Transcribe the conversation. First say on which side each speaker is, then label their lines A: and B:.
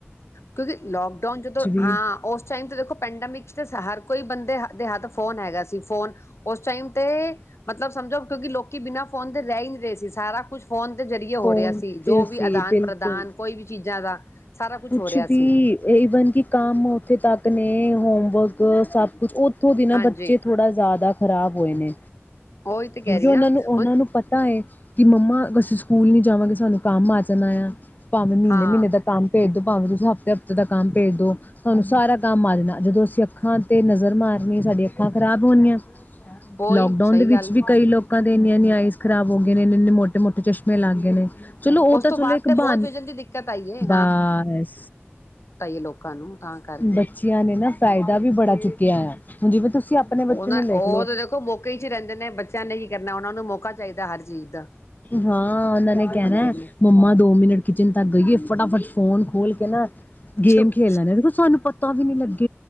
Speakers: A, on the left; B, on the left.
A: ਕਿਉਂਕਿ ਲੋਕਡਾਊਨ ਜਦੋਂ।
B: ਵੀ
A: ਹਾਂ, ਉਸ ਟਾਈਮ ਤੇ ਦੇਖੋ ਪੈਂਡਮਿਕ ਤੇ ਹਰ ਕੋਈ ਬੰਦੇ ਦੇ ਹੱਥ ਫੋਨ ਹੈਗਾ ਫੋਨ ਉਸ ਟਾਈਮ ਤੇ ਮਤਲਬ ਸਮਝੋ ਕਿਉਂਕਿ ਲੋਕੀ ਬਿਨਾਂ ਫੋਨ ਤੇ ਰਹਿ ਨਹੀਂ ਰਹੇ ਸੀ ਸਾਰਾ ਕੁਛ ਫੋਨ ਦੇ ਜ਼ਰੀਏ
B: ਫੋਨ
A: ਹੋ ਰਿਹਾ ਸੀ ਜੋ
B: ਤੇ
A: ਵੀ
B: ਸੀ
A: ਆਦਾਨ-ਪ੍ਰਦਾਨ
B: ਬਿਲਕੁਲ
A: ਕੋਈ ਵੀ ਚੀਜ਼ਾਂ ਦਾ ਸਾਰਾ
B: ਕੁਛ
A: ਹੋ ਰਿਹਾ
B: ਵੀ
A: ਸੀ
B: ਇਹੀ ਵਨ ਕਿ ਕਾਮ ਉਥ ਤਾ ਇਤਨੇ ਹੋਮਵਰਕ ਸਭ ਕੁਛ ਉਹ ਤੂ ਵੀ ਨਾ
A: ਹਾਂਜੀ
B: ਬੱਚੇ ਥੋੜਾ ਜ਼ਿਆਦਾ ਖ਼ਰਾਬ ਹੋਏ ਨੇ।
A: ਉਹੀ ਤੇ ਕਹਿ
B: ਕਿਉਂਕਿ
A: ਰਹੀ
B: ਉਹਨਾਂ
A: ਹਾਂ
B: ਨੂੰ, ਉਹਨਾਂ
A: ਹੁਣ
B: ਨੂੰ, ਪਤਾ ਹੈ। ਕਿ ਮੰਮਾ ਅਸੀਂ ਸਕੂਲ ਨਹੀਂ ਜਾਵਾਂਗੇ ਸਾਨੂੰ ਕੰਮ ਆ ਜਾਣਾ ਆ ਭਾਵੇਂ ਮਹੀਨੇ-ਮਹੀਨੇ
A: ਹਾਂ
B: ਦਾ ਕੰਮ ਭੇਜ ਦੋ ਭਾਵੇਂ ਤੁਸੀਂ ਹਫ਼ਤੇ-ਹਫ਼ਤੇ ਦਾ ਕੰਮ ਭੇਜ ਦੋ ਤੁਹਾਨੂੰ ਸਾਰਾ ਕੰਮ ਆ ਜਾਣਾ ਜਦੋਂ ਅਸੀਂ ਅੱਖਾਂ ਤੇ ਨਜ਼ਰ ਮਾਰਨੀ ਸਾਡੀਆਂ ਅੱਖਾਂ ਖ਼ਰਾਬ ਹੋਣੀਆਂ।
A: ਉਹੀ
B: ਲੋਕਡਾਊਨ
A: ਸਹੀ
B: ਦੇ ਵਿੱਚ
A: ਗੱਲ
B: ਵੀ ਕਈ ਲੋਕ ਲੋਕਾਂ ਦੇ ਇੰਨ-ਇੰਨੀ ਆਈਸ ਖਰਾਬ ਹੋ ਗਏ ਨੇ ਇਨ-ਇਨੇ ਮੋਟੇ-ਮੋਟੇ ਚਸ਼ਮੇ ਲੱਗ ਗਏ ਨੇ। ਚਲੋ ਉਹ
A: ਉਸ
B: ਤਾਂ
A: ਤੋਂ
B: ਚਲੋ
A: ਬਾਅਦ
B: ਇੱਕ
A: ਤੇ
B: ਬਹਾਨ
A: ਬਹੁਤ ਵਿਜਣ ਦੀ ਦਿੱਕਤ ਆਈ ਹੈ।
B: ਬਸ,
A: ਲੋਕਾਂ ਨੂੰ ਤਾਂ ਕਰਕੇ
B: ਬੱਚਿਆਂ ਨੇ ਨਾ ਫਾਇਦਾ ਵੀ ਬੜਾ ਚੁੱਕਿਆ ਹੈ। <unintelligible> ਤੁਸੀਂ ਆਪਣੇ ਬੱਚੇ
A: ਉਹ ਨਾ
B: ਨੂੰ ਲਿਖ
A: ਉਹ
B: ਲਓ
A: ਤਾਂ ਦੇਖੋ ਮੌਕੇ ਚ ਰਹਿੰਦੇ ਨੇ ਬੱਚਿਆਂ ਨੇ ਕੀ ਕਰਨਾ ਉਹਨਾਂ ਨੂੰ ਮੌਕਾ ਚਾਹੀਦਾ ਹਰ ਚੀਜ਼ ਦਾ
B: ਹਾਂ ਉਹਨਾਂ
A: ਕਿੱਥੇ
B: ਨੇ ਕਹਿਣਾ
A: ਮੰਨਦੇ ਨੇ
B: ਮੰਮਾ ਦੋ ਮਿੰਟ ਕਿਚਨ ਤੱਕ ਗਈਏ ਫਟਾ- ਫਟ ਫੋਨ ਖੋਲ ਕੇ ਨਾ ਗੇਮ
A: ਚੁੱਪ
B: ਖੇਡ ਲੈਦੇਂ ਦੇ ਸਾਨੂੰ ਪਤ ਤਾਂ ਵੀ ਨਹੀ ਲੱਗੀ